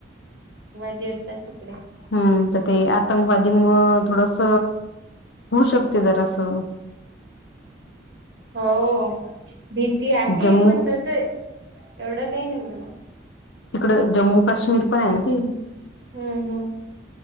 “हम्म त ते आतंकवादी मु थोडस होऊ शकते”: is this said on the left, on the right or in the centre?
Left